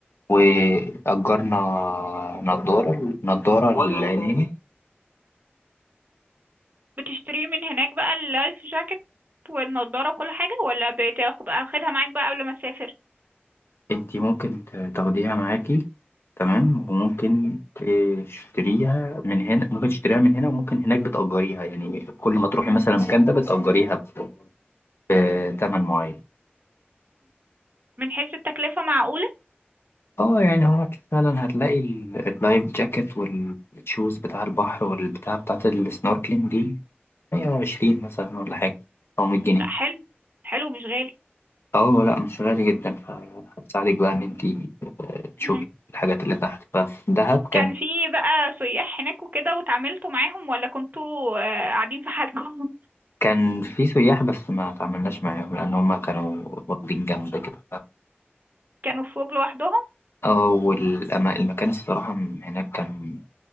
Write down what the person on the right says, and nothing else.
مهم.
بتشتريه من هناك بقى اللايف جاكيت والنضارة وكل حاجة ولا بتاخد بقى واخدها معاك بقى قبل ما تسافر
من حيث التكلفة معقولة
لا حلو حلو مش غالي
مهم.
كان في بقى سياح هناك وكده وتعاملتوا معاهم ولا كنتوا آه، قاعدين في حالكم
<laughs> كانوا في فوج لوحدهم